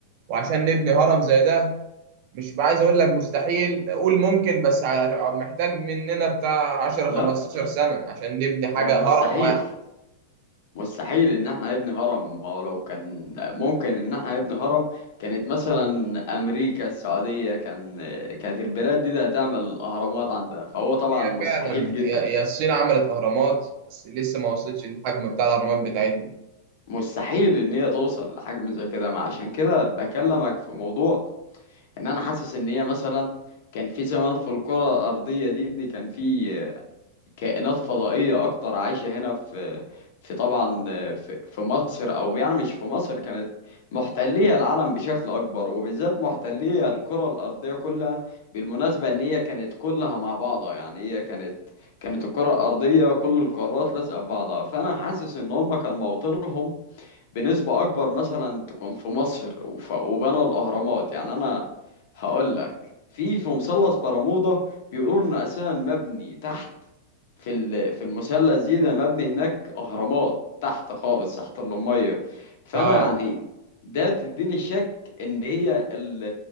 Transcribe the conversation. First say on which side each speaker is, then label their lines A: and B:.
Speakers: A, on the right; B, on the left.
A: وعشان نبني هرم زي ده مش عايز اقول لك مستحيل قول ممكن بس ع- محتاج مننا بتاع 10
B: لا
A: 15 سنة عشان نبني
B: هو
A: حاجة
B: مستحيل
A: هرم واحد
B: مستحيل إن احنا نبني هرم ما هو لو كان ممكن إن احنا نبني هرم كانت مثلا أمريكا السعودية كان كانت البلاد دي ده هتعمل أهرامات عندها فهو طبعا
A: هي
B: مستحيل
A: فعلا
B: جدا
A: هي هي الصين عملت اهرامات بس لسه ما وصلتش للحجم بتاع الاهرامات بتاعتنا
B: مستحيل إن هي توصل لحجم زي كده ما عشان كده بكلمك في موضوع ان انا حاسس ان هي مثلا كان في زمان في الكرة الارضية دي دي كان في كائنات فضائية اكتر عايشة هنا في في طبعا في, في مصر او يعني مش في مصر كانت محتلية العالم بشكل اكبر وبالذات محتلية الكرة الارضية كلها بالمناسبة ان هي كانت كلها مع بعضها يعني هي كانت كانت الكرة الارضية كل القارات لازقة في بعضها فانا حاسس ان هم كان موطنهم بنسبة أكبر مثلا تكون في مصر وف- وبنوا الأهرامات يعني أنا هقول لك في في مثلث برمودا بيقولوا إن أساسا مبني تحت في ال- في المثلث دي ده مبني هناك أهرامات تحت خالص تحت المية فأنا
A: اه
B: يعني ده تديني الشك إن هي ال-